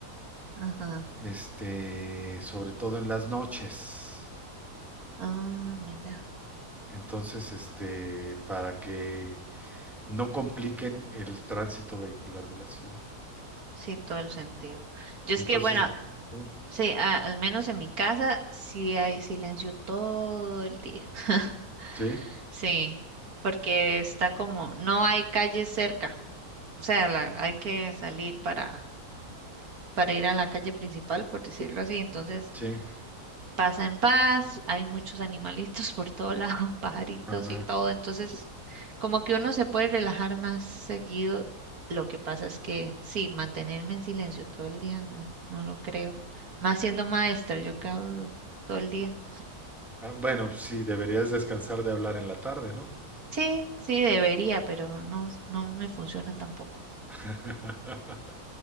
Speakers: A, on the right; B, in the centre.
A: ajá.
B: este, sobre todo en las noches.
A: Ah, mira,
B: Entonces, este, para que no compliquen el tránsito vehicular de la ciudad.
A: sí, todo el sentido. Yo es
B: Entonces,
A: que, bueno,
B: sí,
A: sí, a- al menos en mi casa sí hay silencio todo el día. <laughs>
B: sí,
A: Sí, porque está como, no hay calle cerca, o sea, la- hay que salir para, para ir a la calle principal, por decirlo así, entonces
B: sí.
A: pasa en paz, hay muchos animalitos por todo lado, <laughs> pajaritos
B: Ajá.
A: y todo, entonces como que uno se puede relajar más seguido. Lo que pasa es que sí, mantenerme en silencio todo el día no, no lo creo. Más siendo maestra, yo que hablo todo el día.
B: Ah, bueno, sí, deberías descansar de hablar en la tarde, ¿no?
A: Sí, sí debería, pero no, no me funciona tampoco.
B: <laughs>